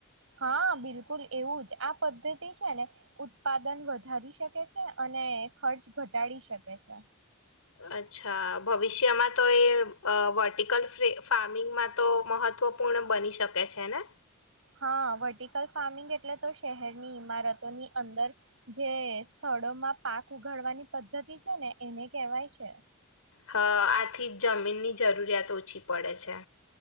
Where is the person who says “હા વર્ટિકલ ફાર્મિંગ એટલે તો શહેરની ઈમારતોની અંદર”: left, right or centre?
Right